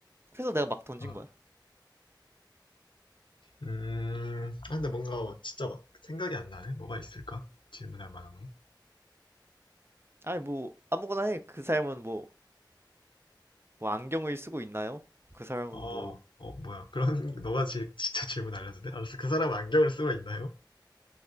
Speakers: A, on the right; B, on the left.
A: 그래서 내가 막 던진
B: 어.
A: 거야.
B: 음, 아, 근데 뭔가 진짜 막 생각이 안 나네. 뭐가 있을까? 질문할 만한 게.
A: 아니 뭐 아무거나 해. 그 사람은 뭐 뭐 안경을 쓰고 있나요? 그 사람은
B: 어,
A: 뭐
B: 어, 뭐야. 그런, <laughs> 너가 질, 진짜 질문 알려도 돼? 알았어. 그 사람은 안경을 쓰고 있나요?